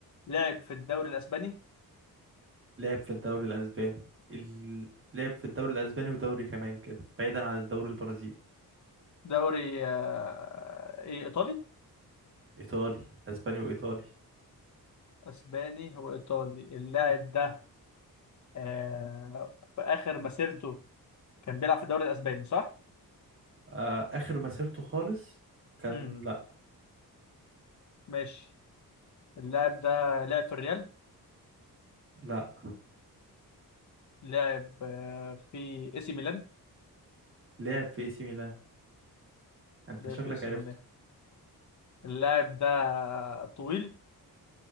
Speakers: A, on the left; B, on the right.
A: لعب في الدوري الأسباني
B: لعب في الدوري الأسباني ال... لعب في الدوري الأسباني ودوري كمان كده بعيدا عن الدوري البرازيلي
A: دوري آه، إيه إيطالي
B: إيطالي أسباني وإيطالي
A: أسباني هو إيطالي اللاعب ده آه، في آخر مسيرته كان بيلعب في الدوري الأسباني صح؟
B: آه آخر مسيرته خالص كان
A: امم
B: لأ
A: ماشي اللاعب ده لعب في الريال
B: لأ
A: لعب آه، في إي سي ميلان
B: لعب في اي سي ميلان أنت
A: لعب
B: شكلك
A: في إي سي
B: عرفته
A: ميلان اللاعب ده طويل